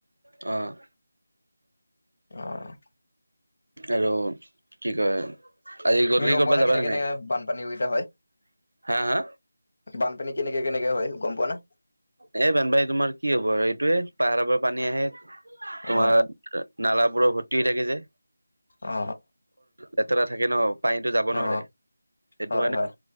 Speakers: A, on the right; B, on the left.
A: অ'।
B: অ'।
A: আৰু কি কয়? আজি গধূলি
B: তুমি গম
A: কৰবাত
B: পোৱা
A: যাব
B: কেনেকে
A: নে
B: কেনেকে
A: নাই?
B: বানপানী কেইটা হয়
A: হা হা?
B: বানপানী কেনেকে কেনেকে হয় গম পোৱা না?
A: এ, বানপানীৰ তোমাৰ কি হব আৰু সেইটোৱে পাহাৰ পৰা পানী আহে তোমাৰ
B: অ
A: নালাবোৰত ভৰ্তি হৈ থাকে যে।
B: অ
A: লেতেৰা থাকে ন, পানীটো যাব নোৱাৰে
B: অ অ
A: সেইটো
B: হয়
A: কাৰনে
B: হয়